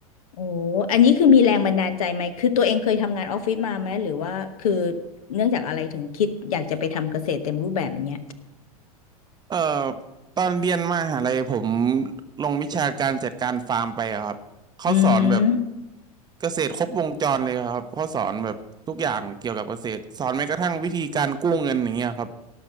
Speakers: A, on the left; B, on the right.
A: โอ้อันนี้คือมีแรงบันดาลใจไหมคือตัวเองเคยทำงานออฟฟิศมาไหมหรือว่าคือเนื่องจากอะไรถึงคิดอยากจะไปทำเกษตรเต็มรูปแบบเนี้ย
B: เอ่อตอนเรียนมหาลัยผมลงวิชาการจัดการฟาร์มไปอะครับเขาสอนแบบ
A: อืม
B: เกษตรครบวงจรเลยครับเขาสอนแบบทุกอย่างเกี่ยวกับเกษตรสอนแม้กระทั่งวิธีการกู้เงินอย่างเงี้ยครับ